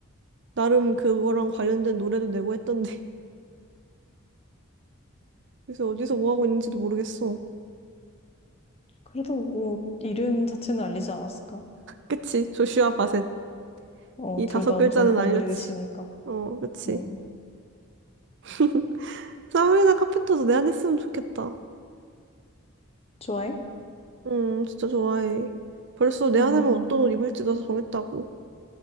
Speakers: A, on the right; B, on the left.
A: 나름 그거랑 관련된 노래도 내고 했던데. <laughs> 그래서 어디서 뭐 하고 있는지도 모르겠어.
B: 그래도 뭐, 이름 자체는 알리지 않았을까?
A: 그치? 조슈아 바셋.
B: 어,
A: 이
B: 둘
A: 다섯
B: 다
A: 글자는
B: 엄청 거물이
A: 알렸지.
B: 됐으니까.
A: 어, 그치.
B: 음,
A: <laughs> 사브리나 카펜터도 내 안 했으면 좋겠다.
B: 좋아해?
A: 음, 진짜 좋아해. 벌써 내
B: 음,
A: 안 하면 어떤 옷 입을지도 정했다고.